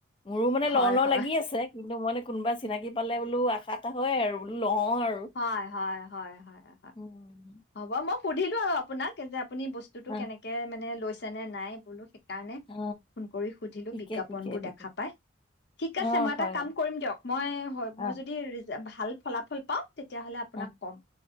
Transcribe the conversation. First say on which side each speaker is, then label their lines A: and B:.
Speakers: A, on the left; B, on the left.
A: মোৰো মানে
B: হয়
A: ল লওঁ
B: হয়
A: লাগি আছে। কিন্তু মইে কোনোবা চিনাকি পালে বোলো আশা এটা হয় আৰু বোলো লওঁ আৰু
B: হ'য়, হ'য়, হ'য়, হ'য়, হ'য়।
A: উম
B: হ'ব মই সুধিলো আৰু আপোনাক যে আপুনি বস্তুটো
A: অ
B: কেনেকে মানে লৈছ ছেনে নাই বুলু সিক কাৰণে
A: অ
B: ফোন কৰি সুধিলোঁ,
A: ঠিকে
B: বিজ্ঞাপনবোৰ
A: ঠিকে ঠিকে
B: দেখা পাই। ঠিক আছে,
A: অ
B: মই
A: হয়
B: এটা কাম
A: হয়
B: কৰিম দিয়ক। মই, হয় মই
A: অ
B: যদি ৰিজ যে ভাল ফলাফল পাওঁ তেতিয়াহ'লে আপোনাক
A: অ
B: কম।